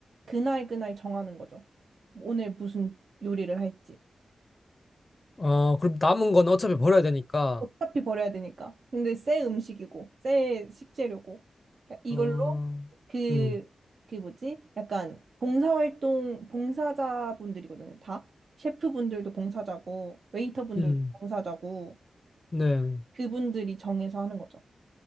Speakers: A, on the right; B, on the left.
A: 그날 그날 정하는 거죠. 오늘 무슨 요리를 할지.
B: 아, 그럼 남은 건 어차피 버려야 되니까.
A: 어차피 버려야 되니까. 근데 새 음식이고, 새 식재료고. 그러니까 이걸로
B: 아,
A: 그,
B: 음,
A: 그 뭐지? 약간 봉사활동, 봉사자분들이거든요. 다. 셰프분들도 봉사자고, 웨이터분들도
B: 음,
A: 봉사자고,
B: 네.
A: 그분들이 정해서 하는 거죠.